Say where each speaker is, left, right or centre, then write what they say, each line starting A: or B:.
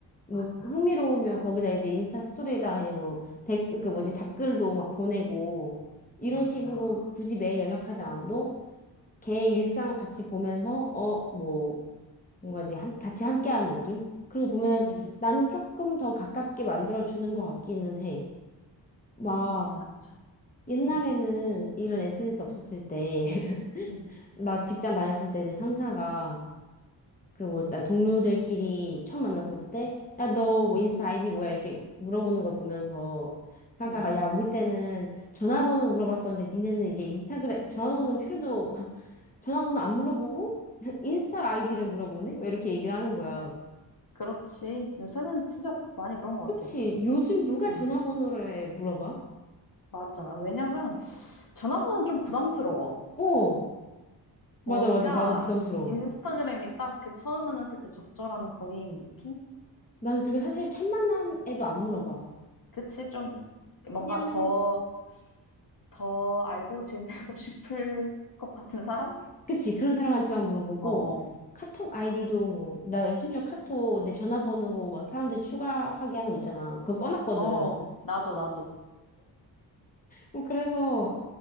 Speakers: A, on the left; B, on the left.
A: 뭐
B: 맞아.
A: 흥미로우면 거기다 이제 인스타 스토리에다가 그냥 뭐 댓, 그 뭐지 답글도 막 보내고 이런
B: 맞아.
A: 식으로 굳이 매일 연락하지 않아도 걔 일상을 같이 보면서 어뭐 뭔가 이제 함- 같이 함께하는 느낌? 그리고 보면
B: 음,
A: 나는 조금 더 가깝게 만들어주는 것 같기는 해. 막
B: 음, 맞아.
A: 옛날에는
B: 음,
A: 이런 SNS 없었을 때, <laughs>
B: 음,
A: 나 직장 다녔을 때 내 상사가 그 뭐 나 동료들끼리 처음 만났었을 때, 야, 너
B: 음,
A: 뭐 인스타 아이디 뭐야? 이렇게 물어보는 거 보면서 상사가
B: 음.
A: 야, 우리 때는 전화번호 물어봤었는데 니네는 이제 인스타그램 전화번호는 필요도 <laughs> 전화번호 안 물어보고 <laughs> 인스타 아이디를 물어보네? 막 이렇게 얘기를 하는 거야.
B: 그렇지. 요새는 진짜 많이 그런 것
A: 그치.
B: 같아.
A: 요즘 누가
B: 음,
A: 전화번호를 물어봐?
B: 맞아. 왜냐면, 전화번호는 좀 부담스러워.
A: 어, 맞아,
B: 뭔가
A: 맞아. 나도 부담스러워.
B: 인스타그램이 딱 그 처음 만났을 때 적절한 거리인 느낌?
A: 난 그리고 사실 첫 만남에도 안 물어봐.
B: 그치? 좀 뭔가
A: 그냥,
B: 더, 더 알고 지내고 <laughs> 싶을 것 같은 사람?
A: 그치. 그런 사람한테만 물어보고,
B: 어 어.
A: 카톡 아이디도 뭐, 나 심지어 카톡 내 전화번호로 막 사람들 추가하게 하는 거 있잖아. 그거 꺼놨거든.
B: 어, 어, 나도, 나도.
A: 뭐 그래서,